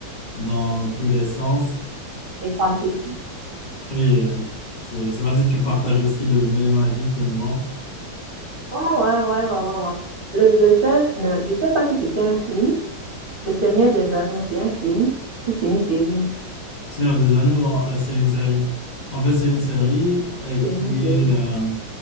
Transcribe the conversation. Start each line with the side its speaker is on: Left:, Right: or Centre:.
Left: dans tous les sens.
Right: Les fantaisies.
Left: Oui, euh, je ne sais pas si tu partages aussi le même avis que moi.
Right: Ouais, ouais, ouais, ouais, ouais, ouais. Le, le seul, le- je sais pas si c'était un film. Le Seigneur des Anneaux, c'est un film ou c'est une série?
Left: Seigneur des Anneaux, euh, c'est une série. En fait, c'est une série euh,
Right: C'est
Left: qui
Right: une série.
Left: est, euh,